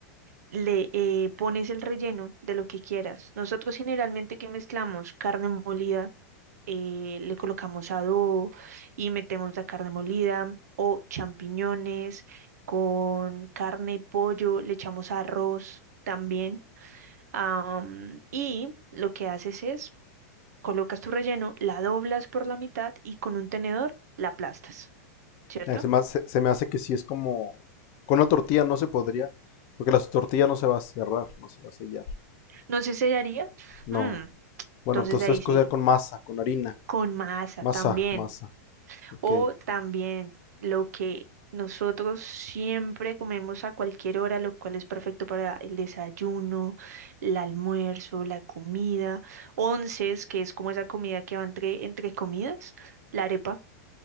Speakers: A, on the right (about 70°); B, on the left (about 30°).
A: Le eh, pones el relleno de lo que quieras. Nosotros generalmente que mezclamos carne molida, eh, le colocamos adobo y metemos la carne molida o champiñones con carne, pollo, le echamos arroz también. am, y lo que haces es, colocas tu relleno, la doblas por la mitad y con un tenedor la aplastas, ¿cierto?
B: Eh, se, me hace, se me hace que sí es como. Con una tortilla no se podría. Porque la tortilla no se va a cerrar, no se va a sellar.
A: No se sellaría.
B: No.
A: Mm,
B: Bueno,
A: entonces
B: entonces
A: ahí
B: cocer
A: sí,
B: con masa, con harina.
A: con masa
B: Masa,
A: también.
B: masa. Ok.
A: O también lo que nosotros siempre comemos a cualquier hora, lo cual es perfecto para el desayuno, el almuerzo, la comida. Onces, que es como esa comida que va entre, entre comidas. La arepa.